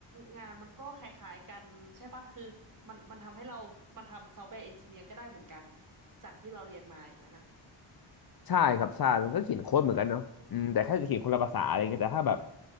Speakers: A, on the right (about 40°); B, on the left (about 50°).
A: งานมันก็คล้ายๆกันใช่ปะคือมันมันทำให้เรามันทำซอฟต์แวร์เอนจิเนียร์ก็ได้เหมือนกันจากที่เราเรียนมาอย่างนั้นอ่ะ
B: ใช่ครับใช่มันก็เขียนโค้ดเหมือนกันเนาะอืมแต่แค่จะเขียนคนละภาษาอะไรเงี้ยแต่ถ้าแบบ
A: อ๋อ